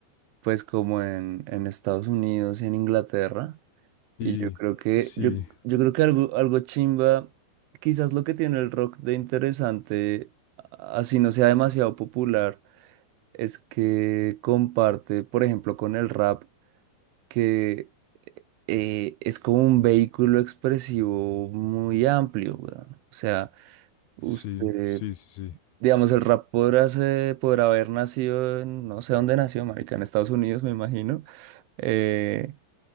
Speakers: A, on the right; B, on the left.
A: pues como en, en Estados Unidos y en Inglaterra.
B: Sí,
A: Y yo creo que,
B: sí,
A: yo, yo creo que algo, algo chimba, quizás lo que tiene el rock de interesante, a- así no sea demasiado popular, es que comparte, por ejemplo, con el rap. que eh, es como un vehículo expresivo muy amplio, weón. O sea, usted,
B: sí, sí, sí, sí.
A: digamos, el rap podrá, se- podrá haber nacido en, no sé dónde nació, marica, en Estados Unidos, me imagino. eh,